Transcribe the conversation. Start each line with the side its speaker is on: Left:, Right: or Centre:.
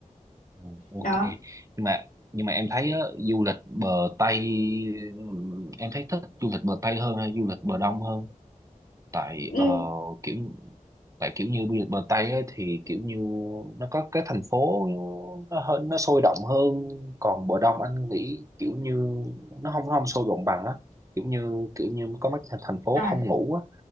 Right: ừ, ok
Left: đó
Right: nhưng mà nhưng mà em thấy á, du lịch bờ Tây ừ, em thấy thích du lịch bờ Tây hơn hay du lịch bờ Đông hơn tại
Left: Ừ,
Right: ờ, kiểu tại kiểu như du lịch bờ Tây á, thì kiểu như nó có cái thành phố nó hơn nó sôi động hơn còn bờ Đông anh nghĩ kiểu như nó không nó không sôi động bằng á kiểu như kiểu như có mấy thành thành phố
Left: à
Right: không ngủ á